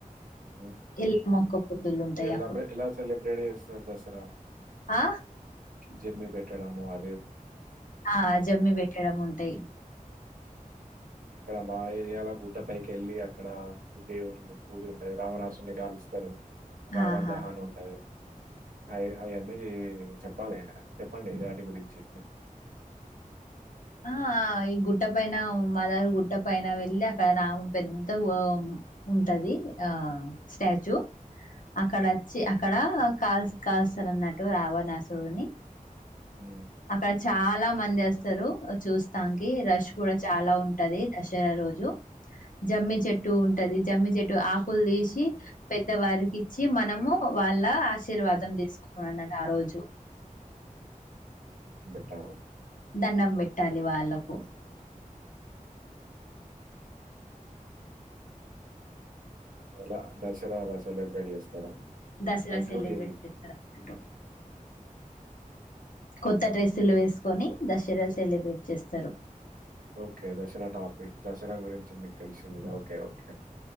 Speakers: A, on the right (about 75°); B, on the left (about 70°).
A: ఓకే
B: ఎల్లమ్మ ఒక్క పొద్దులు ఉంటాయి
A: ఎలా
B: అప్పుడు
A: ఎలా సెలబ్రేటీ ఇస్తారు దసరా
B: ఆ
A: జ మీ పెెట్టాడము ఆ
B: ఆ జమ్మి పెట్టడం ఉంటాయి
A: ఇక్కడ మా ఏరియాాల గుడ్డ పైకి వెళ్ళి అక్కడ దేవుని కూడి ఉంటాారు రావణాసుని కాగాలుస్తారు రావన్
B: ఆహా
A: దహాన్ ఉంటది అ అవి అన్నది చెప్పాలి చెప్పండి వాాటి గురించి
B: ఆ ఈ గుట్ట పైన మాదారి గుట్ట పైన వెళ్ళి అక్కడ రాము పెద్ద ఉంటది ఆ స్టాచ్యూ అక్కడ వచ్చి
A: హ్మ్.
B: అక్కడ కాల్ కాల్స్తలు అన్నట్టు రావణాసుడుని
A: హ్మ్.
B: అక్కడ చాలా మంది వస్తారు చూస్తానికి రష్ కూడా చాలా ఉంటది దసరా రోజు జమ్మి చెట్టు ఉంటది జమ్మి చెట్టు ఆకులు తీసి పెద్దవారికి ఇచ్చి మనము వాళ్ళ ఆశీర్వాదం తీసుకుని అన్నది ఆ రోజు
A: అ
B: దండం పెట్టాలి వాళ్ళకు
A: ఎలా దశరా అలా సెలబ్రేట్ చేస్తారా
B: దసరా
A: కంక్లూడ్
B: సెలిబ్రిటీస్తంట
A: చెయ్యి.
B: కొత్త డ్రెస్సులు వేసుకొని దసరా సెలబ్రేట్ చేస్తారు
A: ఓకే దసరా టాపిక్ దసరా గురించి మీకు తెలిసింది ఓకే ఓకే ఓకే